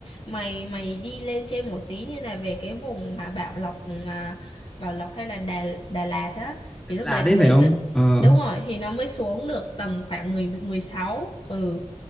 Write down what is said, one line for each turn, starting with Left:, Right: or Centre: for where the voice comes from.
Left: mày mày đi lên trên một tí như là về cái vùng à, Bảo Lộc à, Bảo Lộc hay là Đà Đà Lạt á thì lúc
Centre: Là
Left: đấy
Centre: đấy
Left: nó mới
Centre: phải không?
Left: ờ,
Centre: Ờ.
Left: đúng rồi thì nó mới xuống được tầm khoảng 10 16 ừ